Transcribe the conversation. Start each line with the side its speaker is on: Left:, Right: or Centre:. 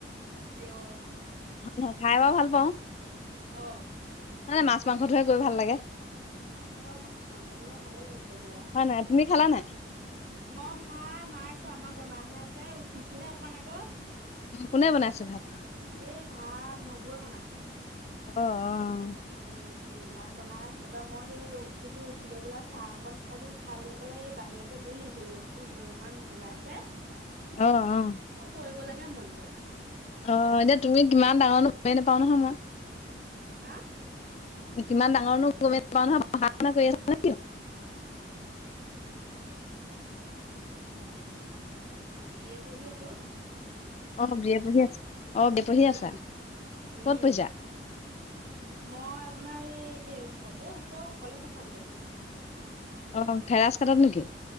Right: কিয়?
Left: <unintelligible> বাৰু ভাল পাওঁ।
Right: অ'।
Left: মানে মাছ মাংসটোৱে কৈ ভাল লাগে।
Right: অ', মাছ মাংসটো বাৰু ভালে লাগে কৈ পেলাই।
Left: হয় নাই? তুমি খালা নাই?
Right: মই ভাত নাই খোৱা মই বনাহে আছে উঠিছোঁহে অকমান আগত।
Left: কোনে বনাইছে ভাত?
Right: এ ভাত নবৌৱে বনাইছে।
Left: অ', অ'।
Right: এম, ভাত বনাই আছে তাৰপা মই সে উঠিলোঁ উঠি লৈ পেলাই চাহকন খালোঁ। খাই লৈ পেলাই বাহিৰতে বহি আছোঁ ৰ'দটো <unintelligible> ইমান ওলাইছে।
Left: অ', অ'।
Right: একো কৰিব লাগে মন যোৱা নাই।
Left: অ'এনে তুমি কিমান ডাঙৰনো গমে নাপাও নহয় মই।
Right: আ?
Left: কিমান ডাঙৰনো গমে নাপাওঁ <unintelligible>
Right: বি এ পঢ়ি আছোঁ।
Left: অ'বি এ পঢ়ি আছ, অ' বে পঢ়ি
Right: উম
Left: আছা।
Right: উম
Left: ক'ত পঢ়িছা?
Right: মই আপোনাৰ এ এই ওচৰৰ কলেজ এখনতে।
Left: অ'থেৰাচ কাটত নেকি?